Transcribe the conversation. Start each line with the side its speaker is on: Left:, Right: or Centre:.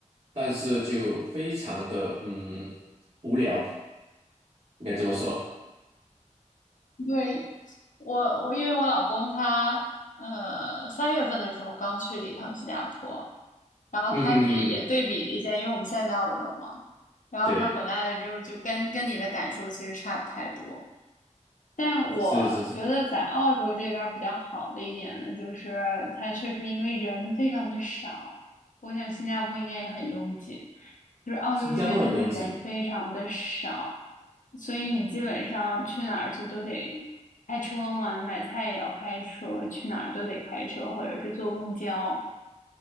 Right: 但是就非常的嗯无聊，应该这么说。
Left: 对，我我因为我老公他呃三月份的时候刚去了一趟新加坡，然后他其实也对比了一下，
Right: 嗯哼嗯
Left: 因为我们现在在澳洲嘛，然后他回来了之后就跟跟你的感受其实差不太多。
Right: 对，
Left: 但我觉得在澳洲这边儿比较好的一点呢，
Right: 是是是，
Left: 就是它确实因为人非常的少，我想新加坡应该也很拥挤，就是澳洲这边真的人非常的少，
Right: 新加坡很拥挤，
Left: 所以你基本上去哪儿去都得开车嘛，你买菜也要开车，去哪儿都得开车或者是坐公交，